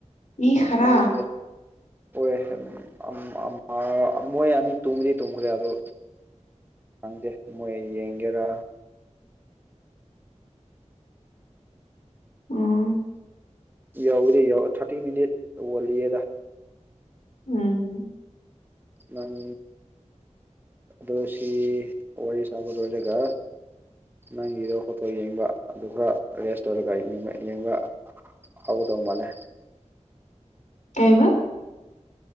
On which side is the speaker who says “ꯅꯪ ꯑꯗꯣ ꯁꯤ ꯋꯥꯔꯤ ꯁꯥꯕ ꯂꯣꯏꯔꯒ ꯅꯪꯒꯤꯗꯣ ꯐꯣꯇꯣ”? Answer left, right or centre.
Right